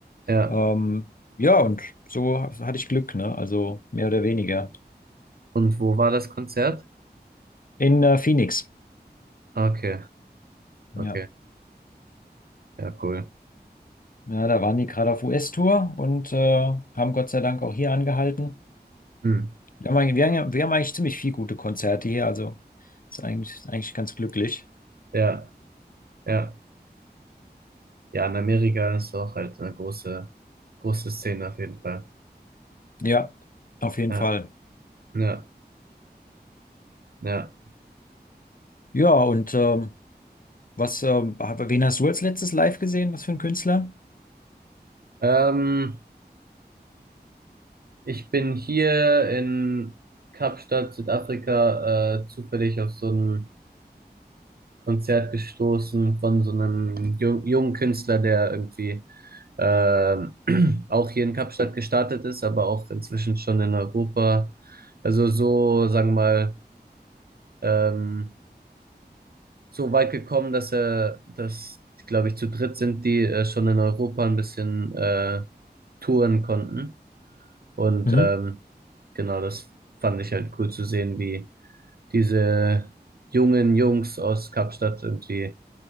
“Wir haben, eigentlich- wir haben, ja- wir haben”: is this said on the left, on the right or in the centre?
Left